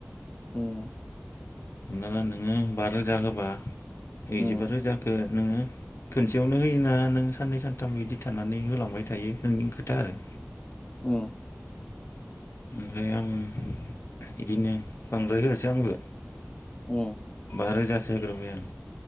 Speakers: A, on the left; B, on the left.
A: उम
B: हमनाला नोङो बा रोजा होबा नैजिबा
A: उम
B: रोजाखौ नोङो खोन सेयावनो होयोना नों साननै सानथाम बिदि थानानै होलांबाय थायो नोंनि खोथा आरो
A: उम
B: ओमफ्राय आं बिदिनो बांद्राय होआसै आंबो
A: उम
B: बा रोजा सो होग्रोबाय आं